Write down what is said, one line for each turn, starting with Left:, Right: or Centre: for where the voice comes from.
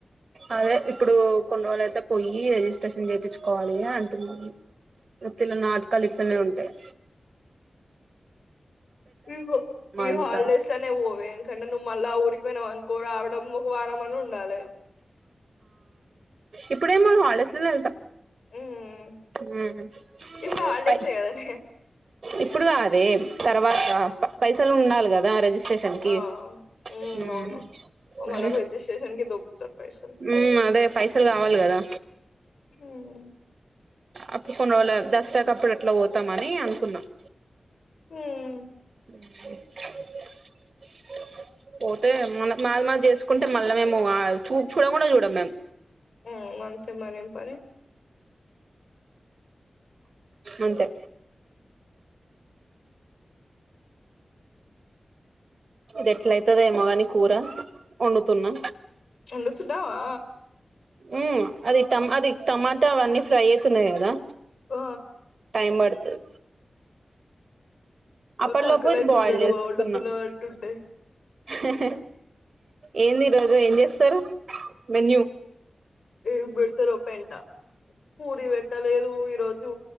Right: అదే ఇప్పుడు కొన్ని రోజులు అయితే పోయి రిజిస్ట్రేషన్ చేపిచ్చుకోవాలి అంటుది ఇది మత్తిలో నాటకాలు ఇస్త్ స్తనే ఉంటాయ్
Left: ఇగో ఈ
Right: అంతా
Left: హాల్డేస్ లొనే పోవే ఎందుకంటే నువ్వు మళ్ల ఊర్ రికి పోయినవ్అనుకో రావడం ఒక వారం అన్న ఉండాలి
Right: ఇప్పుడేం పోను హాల్ డేస్ లనే ఎళ్తా
Left: మ్మ్
Right: ఉమ్
Left: ఇప్పుడు హాలిడేసే
Right: బై
Left: కదనే
Right: ఇప్పుడు కాదే తర్వాత పైసలు ఉండాలి కదా రిజిస్ స్ట్రేషన్ కి
Left: ఆ మ్మ్
Right: ఉంమ్
Left: అవును
Right: మరి
Left: మళ్ళ రిజిస్ట్రేషన్ కి దొబ్బుతారు పైసలు
Right: ఉమ్ అదే పైసలు కావాలి కదా
Left: మ్మ్
Right: అప్పుడు కొన్ని రోజుల దసర కప్పుడు అట్లా పోతామని అనుకున్నామ్
Left: ఉమ్
Right: <inaudible> పోతే మన మాది మాది చేసుకుంటే మళ్ళా మేము చూపు చూడకుండా చూడము మేము
Left: ఉమ్ అంతే మరేం పని
Right: అంతే ఇది ఎట్ల అయితదేమో కాని కూర వండుతున్నా
Left: వండుతున్నావా
Right: ఉం అది టమ్ అది టమాటా అవన్నీ ఫ్రై అవుతున్నాయ్ కదా
Left: ఆ
Right: వినబడతది అప్పట్లోపు
Left: నాకు ఆకలైతుంది
Right: ఇది బోయిల్
Left: నువ్వు
Right: చేసుకున్నా
Left: వండుతున్నావ్ అంటుంటే
Right: హాహ హా ఏంది ఈ రోజు ఏం చేస్తారు మెన్యూ
Left: ఏం పెడతరో పెంట పూరి పెట్టలేదు ఈరోజు